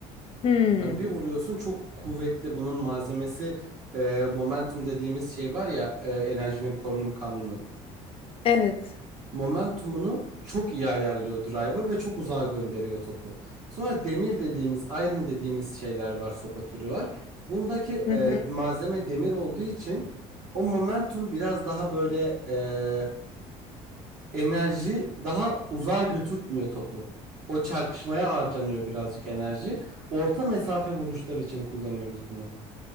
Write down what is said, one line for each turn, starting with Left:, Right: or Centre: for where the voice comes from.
Left: Hmm.
Right: Hani bir vuruyorsun çok kuvvetli bunun malzemesi e, momentum dediğimiz şey var ya e, enerjinin korunum kanunu.
Left: Evet.
Right: momentumunu çok iyi ayarlıyor driver ve çok uzağa gönderiyor topu. Sonra demir dediğimiz, iron dediğimiz şeyler var, sopa türü var. Bundaki
Left: Hı
Right: e,
Left: hı.
Right: malzeme demir olduğu için o momentum biraz daha böyle e, enerji daha uzağa götürtmüyor topu. O çarpışmaya harcanıyor birazcık enerji. Orta mesafe vuruşlar için kullanıyoruz bunu.